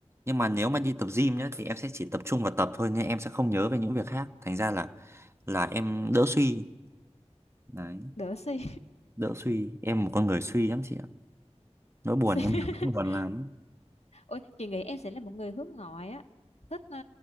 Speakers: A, on the right; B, on the left.
A: nhưng mà nếu mà đi tập gym nhá thì em sẽ chỉ tập trung vào tập thôi nhưng em sẽ không nhớ về những việc khác thành ra là là em đỡ suy đấy
B: đỡ suy
A: đỡ suy em một con người suy lắm chị ạ nỗi buồn
B: Suy. <laughs>
A: em nhiều nỗi buồn lắm
B: ôi chị nghĩ em sẽ là một người hướng ngoại á thích ờ,